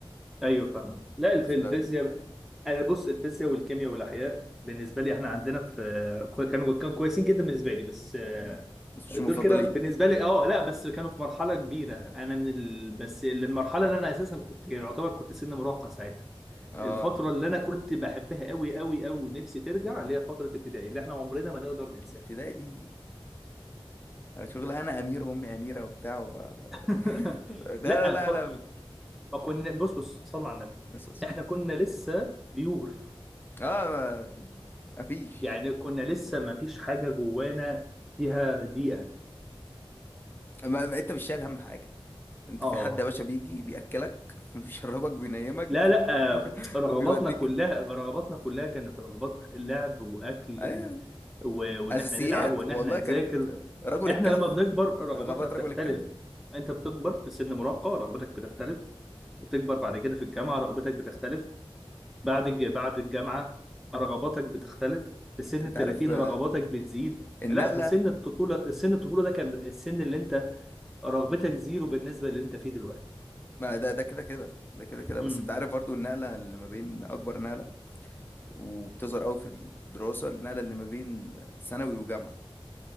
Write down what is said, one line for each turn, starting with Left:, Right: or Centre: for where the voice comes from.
Centre: ايوه فاهم لا الف-
Left: في
Centre: الفيزياء
Left: ال-
Centre: انا بص الفيزياء والكيمياء والاحياء بالنسبه لي احنا عندنا في كو- كانوا كانوا كويسين جدا بالنسبه لي بس آه،
Left: مم. بس مش
Centre: دول
Left: المفضلين
Centre: كده بالنسبه لي اه لا بس كانوا في مرحله كبيره انا من ال... بس المرحله اللي انا اساسا كنت يعتبر كنت سن مراهقه ساعتها
Left: اه
Centre: الفتره اللي انا كنت بحبها قوي قوي قوي ونفسي ترجع اللي هي فتره ابتدائي اللي احنا عمرنا ما نقدر ننساها
Left: ابتدائي دي شغل انا امير وامي اميره وبتاع و...
Centre: <laughs>
Left: <laughs> لا
Centre: لا
Left: لا لا
Centre: ف...
Left: لا
Centre: ما كنا بص بص صلى على النبي
Left: بس- بس-
Centre: احنا كنا لسه بيور
Left: اه ما... مفيش
Centre: يعني كنا لسه ما فيش حاجة جوانا فيها دقيقة
Left: ما... ما انت مش شايل هم حاجه انت
Centre: اه
Left: في حد يا باشا بيجي بياكلك <laughs> بيشربك بينيمك
Centre: لا لا آه، رغباتنا
Left: وبيوديك
Centre: كلها رغباتنا كلها كانت رغبات لعب واكل
Left: ايوه
Centre: و... و... وان
Left: اساسيات
Centre: احنا نلعب وان
Left: والله
Centre: احنا نذاكر
Left: كانت آه، رجل
Centre: احنا
Left: الكهف
Centre: لما بنكبر رغباتنا
Left: رغبات
Centre: بتختلف
Left: رجل الكهف
Centre: انت بتكبر في سن مراهقة رغبتك بتختلف بتكبر بعد كده في الجامعة رغبتك بتختلف بعد الج... بعد الجامعة رغباتك بتختلف في سن
Left: انت
Centre: ال 30
Left: عارف آه،
Centre: رغباتك بتزيد
Left: النقله
Centre: لا فسن الطفولة سن الطفولة ده كان السن اللي انت رغبتك زيرو بالنسبه للي انت فيه دلوقتي
Left: ما ده ده كده كده ده كده كده
Centre: امم
Left: بس انت عارف برضو النقله اللي ما بين اكبر نقله وبتظهر قوي في الدراسه النقله اللي ما بين ثانوي وجامعه